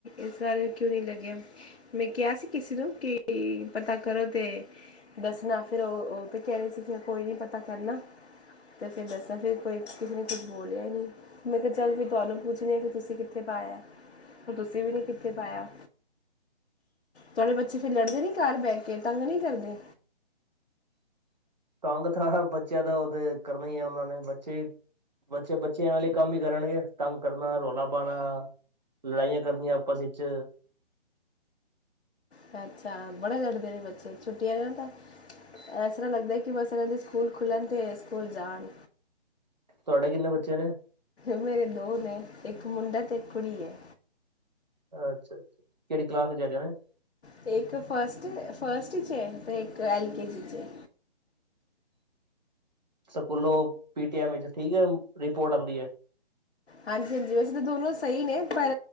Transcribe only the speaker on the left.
ਇਸ ਬਾਰੇ ਕਿਉ ਨੀ ਲੱਗਿਆ। ਮੈਂ ਕਿਹਾ ਸੀ ਕਿਸੇ ਨੂੰ ਕਿ ਪਤਾ ਕਰੋ ਤੇ, ਦੱਸਣਾ ਫਿਰ ਉਹ ਤੇ ਕਹਦੇ ਸਿਖਿਆ, ਕੋਈ ਨਹੀਂ ਪਤਾ ਕਰਨਾ। ਅਤੇ ਫਿਰ ਦੱਸਾਂ ਫਿਰ ਕੋਈ ਕਿਸੇ ਨੇ ਕੁਛ ਬੋਲਿਆ ਹੀ ਨਹੀਂ, ਮੈਂ ਕਿਹਾ ਚੱਲ ਵੀ ਤੁਹਾਨੂੰ ਪੁੱਛਣੀ ਹਾਂ, ਕਿ ਤੁਸੀਂ ਕਿੱਥੇ ਪਾਇਆ, ਪਰ ਤੁਸੀਂ ਵੀ ਨਹੀਂ ਕਿੱਥੇ ਪਾਇਆ। ਤੁਹਾਡੇ ਬੱਚੇ ਫੇਰ ਲੜਦੇ ਨੀ ਘਰ ਬਹਿ ਕੇ ਤੰਗ ਨਹੀਂ ਕਰਦੇ।
ਅੱਛ, ਅੱਛਾ ਬੜਾ ਲੜਦੇ ਨੇ ਬੱਚੇ ਛੁੱਟ ਵਾਲੇ ਨੂੰ ਤਾਂ। ਇਸ ਤਰ੍ਹਾਂ ਲੱਗਦਾ ਕਿ ਬਸ ਇਹਨਾਂ ਦੇ ਸਕੂਲ ਖੁੱਲਣ ਤੇ ਸਕੂਲ ਜਾਣ
ਮੇਰੇ ਦੋ ਨੇ ਇੱਕ ਮੁੰਡਾ ਅਤੇ ਇੱਕ ਕੁੜੀ ਹੈ।
ਤੇ ਇੱਕ ਫਸਟ ਫਸਟ 'ਚ ਏ ਤੇ ਇੱਕ ਐਲ ਕੇ ਜੀ ਚ'
ਹਾਂਜੀ, ਹਾਂਜੀ ਵੈਸੇ ਤਾਂ ਦੋਨੋ ਸਹੀ ਨੇ ਪਰ